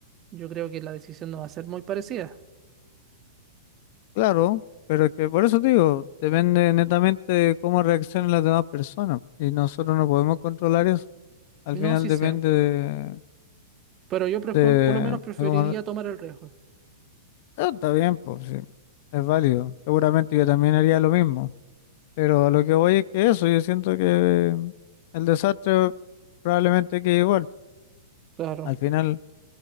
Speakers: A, on the right (about 25°); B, on the left (about 50°).
A: yo creo que la decisión no va a ser muy parecida.
B: Claro, pero es que por eso te digo, depende netamente de cómo reaccionen las demás personas y nosotros no podemos controlar eso. Al
A: No,
B: final
A: sí
B: depende
A: sé,
B: de,
A: pero yo prefer-
B: de,
A: por lo menos preferiría
B: de cómo... re-
A: tomar el riesgo.
B: Ah, está bien, pues sí, es válido. Seguramente yo también haría lo mismo, pero a lo que voy es que eso, yo siento que el desastre probablemente quede igual.
A: Claro.
B: Al final...